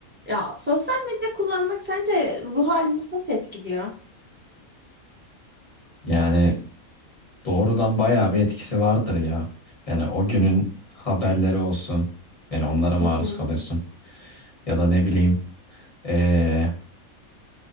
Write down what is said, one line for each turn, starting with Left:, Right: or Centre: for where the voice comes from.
Right: Ya sosyal medya kullanmak sence ruh halimizi nasıl etkiliyor?
Left: Yani doğrudan bayağı bir etkisi vardır ya. Yani o günün haberleri olsun. Yani onlara maruz
Right: Hı hı.
Left: kalıyorsun. Ya da ne bileyim eee,